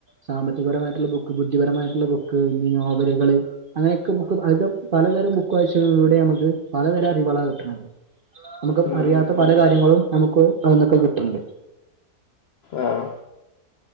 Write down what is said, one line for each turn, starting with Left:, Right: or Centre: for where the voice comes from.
Right: സാമ്പത്തികപരമായിട്ടുള്ള ബുക്ക് ബുദ്ധിപരമായിട്ടുള്ള ബുക്ക് ഞ്ഞി നോവലുകള് അങ്ങനെഓക്കെ ബുക്ക് അത്യം പലതരം ബുക്ക് വായിചയിലൂടെ നമുക്ക് പലതരം അറിവുകളാണ കിട്ടണത് നമുക്ക്
Left: ഉം
Right: അറിയാത്ത
Left: ഉം ഉം
Right: പല കാര്യങ്ങളും നമുക്ക് അതിന്നൊക്കെ കിട്ടണ്ണ്ട്
Left: ആഹ്